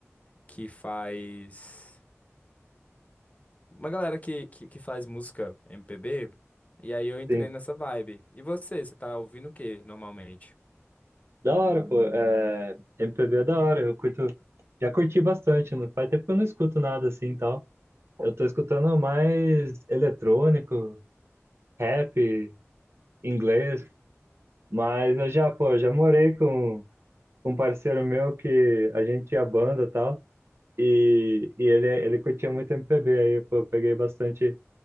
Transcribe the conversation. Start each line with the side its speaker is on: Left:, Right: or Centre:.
Left: que faz. Uma galera que, que, que faz música MPB. E aí eu entrei
Right: Sim.
Left: nessa vibe. E você, você tá ouvindo o que normalmente?
Right: Da hora, pô. É... MPB é da hora, eu curto. Já curti bastante, né? Faz tempo que eu não escuto nada assim e tal. Eu tô escutando mais eletrônico, rap, inglês, mas eu já, pô, já morei com, com um parceiro meu que a gente tinha banda e tal. E, e ele, ele curtia muito MPB, aí pô, eu peguei bastante